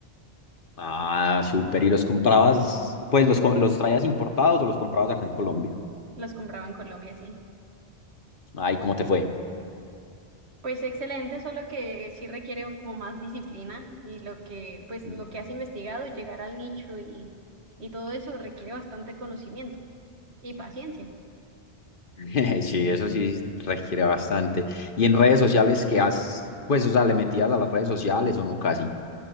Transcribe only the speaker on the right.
Los compraba en Colombia, sí.
Pues excelente, solo que sí requiere como más disciplina y lo que, pues
lo que has investigado, llegar al nicho y, y todo eso requiere bastante conocimiento y paciencia,